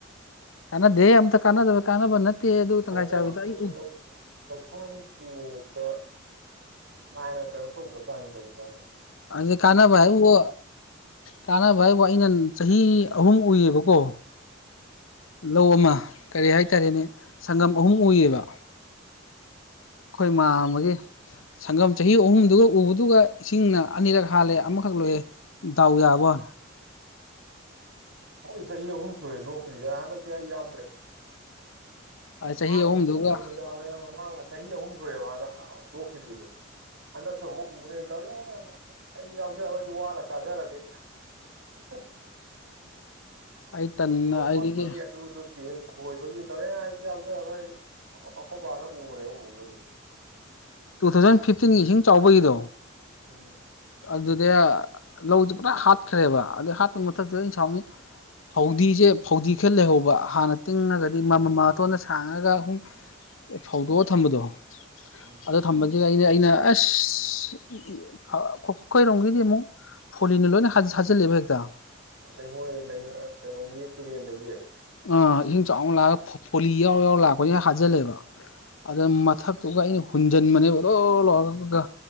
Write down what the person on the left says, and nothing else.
ꯀꯥꯟꯅꯗꯦ ꯑꯝꯇ ꯀꯥꯟꯅꯗꯕ ꯀꯥꯟꯅꯕ ꯅꯠꯇꯦ ꯑꯗꯨ
ꯇꯪꯈꯥꯏ ꯆꯥꯕꯤꯗꯣ
ꯑꯩ ꯎ
ꯍꯧꯖꯤꯛ ꯀꯥꯟꯅꯕ ꯍꯥꯏꯕꯨ ꯀꯥꯟꯅꯕ ꯍꯥꯏꯕꯨ ꯑꯩꯅ ꯆꯍꯤ ꯑꯍꯨꯝ ꯎꯏꯌꯦꯕꯀꯣ ꯂꯧ ꯑꯃ ꯀꯔꯤ ꯍꯥꯏꯇꯥꯔꯦꯅꯦ ꯁꯪꯒꯝ ꯑꯍꯨꯝ ꯎꯏꯌꯦꯕ ꯑꯩꯈꯣꯏ ꯃꯥꯝꯃꯥꯒꯤ ꯁꯪꯒꯝ ꯆꯍꯤ ꯑꯍꯨꯝꯗꯨꯒ ꯎꯕꯗꯨꯒ ꯏꯁꯤꯡꯅ ꯑꯅꯤꯔꯛ ꯍꯥꯠꯂꯦ ꯑꯃꯈꯛ ꯂꯣꯏꯑꯦ ꯗꯥꯎ ꯌꯥꯕ ꯋꯥ
ꯆꯍꯤ
ꯑꯍꯨꯝꯗꯨꯒ
<inaudible> ꯑꯩ ꯇꯟꯅ
ꯑꯗꯒꯤ
ꯇꯨ ꯊꯥꯎꯖꯟ ꯐꯤꯐꯇꯤꯟꯒꯤ ꯏꯁꯤꯡ ꯆꯥꯎꯕꯒꯤꯗꯣ
ꯑꯗꯨꯗ ꯂꯧꯁꯦ ꯄꯨꯔꯥ ꯍꯥꯠꯈ꯭ꯔꯦꯕ ꯑꯗꯨꯗꯩ ꯍꯥꯠꯄꯒꯤ ꯃꯊꯛꯇꯗ ꯑꯩꯅ ꯁꯥꯎꯅꯤ ꯐꯥꯎꯗꯤꯁꯦ ꯐꯥꯎꯗꯤ ꯈꯔ ꯂꯩꯍꯧꯕ ꯍꯥꯟꯅ ꯇꯤꯡꯉꯒꯗꯤ ꯃ ꯃ ꯃꯥꯇꯣꯟꯗ ꯁꯥꯡꯉꯒ ꯑꯨꯝ ꯐꯧꯗꯣꯛꯑ ꯊꯝꯕꯗꯣ
ꯑꯗꯣ ꯊꯝꯕꯕꯁꯤ ꯑꯩꯅ ꯑꯩꯅ ꯑꯁ ꯈꯣꯏꯔꯣꯝꯒꯤꯗꯤ ꯑꯃꯨꯛ ꯐꯣꯂꯤꯟꯅ ꯂꯣꯏꯅ ꯍ ꯁꯥꯠꯆꯜꯂꯦꯕ ꯍꯦꯛꯇ
ꯑꯥ ꯏꯁꯤꯡ ꯆꯥꯎꯅ ꯂꯥꯛꯑꯒ ꯐꯣꯂꯤ ꯌꯥꯎꯔ ꯌꯥꯎꯔ ꯂꯥꯛꯄꯅꯤꯅ ꯍꯥꯖꯜꯂꯦꯕ ꯑꯗ ꯃꯠ ꯊꯛꯇꯨꯒ ꯑꯩꯅ ꯍꯨꯟꯖꯟꯕꯅꯦꯕ ꯂꯣ ꯂ ꯂꯧꯔꯒ